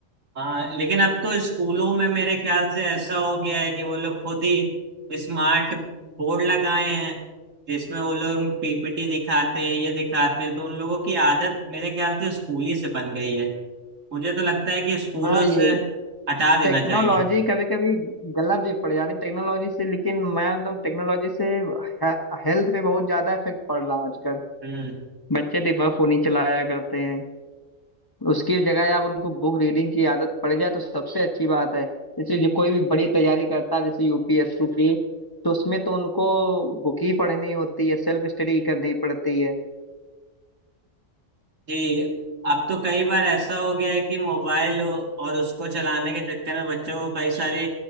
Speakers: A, on the right; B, on the left.
A: हाँ लेकिन अब तो स्कूलों में मेरे ख्याल से ऐसा हो गया है कि वो लोग खुद ही स्मार्ट बोर्ड लगाए हैं जिसमें वो लोग पीपीटी दिखाते हैं ये दिखाते हैं तो उन लोगों की आदत मेरे ख्याल से स्कूल ही से बन गई है मुझे तो लगता है कि स्कूलों
B: हाँ ये
A: से हटा देना
B: टेक्नोलॉजी
A: चाहिए
B: कभी कभी गलत भी पड़ जाती है टेक्नोलॉजी से लेकिन मैं मतलब टेक्नोलॉजी से हेल्थ पे बहुत ज्यादा इफेक्ट पड़ रहा है आजकल
A: हम्म
B: बच्चे दिन भर फोन ही चलाया करते हैं उसकी जगह आप उनको बुक रीडिंग की आदत पड़ जाए तो सबसे अच्छी बात है जैसे जो कोई भी बड़ी तैयारी करता है जैसे यूपीएससी की तो उसमें तो उनको बुक ही पढ़नी होती है सेल्फ स्टडी करनी पड़ती है
A: जी अब तो कई बार ऐसा हो गया है कि मोबाइल और उसको चलाने के चक्कर में बच्चों को कई सारी